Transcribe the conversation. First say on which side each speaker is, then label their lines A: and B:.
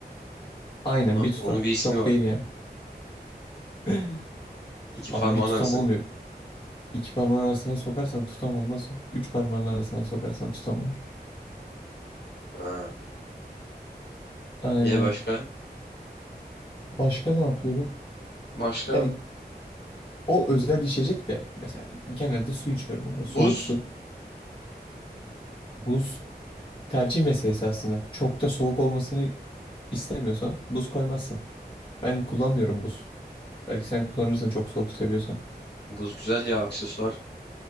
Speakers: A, on the left; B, on the left.
A: Aynen
B: Ona
A: bir tutam.
B: onun bir ismi
A: Çok
B: var.
A: değil yani. <clears throat>
B: İki
A: Abi
B: parmağın
A: bir tutam
B: arasına
A: olmuyor.
B: kadar.
A: İki parmağın arasına sokarsan tutam olmaz o. Üç parmağın arasına sokarsan tutam olur.
B: Ha.
A: Aynen.
B: Ye başka?
A: Başka ne yapıyorum?
B: Başka
A: Yani o özel içecek de mesela genelde su içiyorum. Böyle
B: buz.
A: soğuk su. Buz tercih meselesi aslında. Çok da soğuk olmasını istemiyorsan buz koymazsın. Ben kullanmıyorum buz. Belki sen kullanırsın çok soğuk seviyorsan.
B: Buz güzel ya aksesuar.